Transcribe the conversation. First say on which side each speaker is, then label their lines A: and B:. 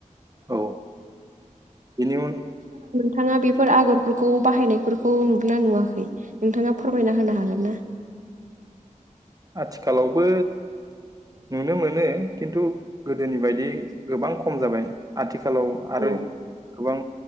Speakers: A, on the right; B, on the right.
A: औ बिनि उन
B: थाङा बिफ फोर आग'रफोरखौ बाहायनायफोरखौ नुदोंना नुवाखै नोंथाङा फोरमायना होनो हागोन ना?
A: आथिखालावबो नुनो मोनो खिन्थु गोदोनि बायदि गोबां खम जाबाय आथिखाल लाव
B: औ
A: आरो गोबां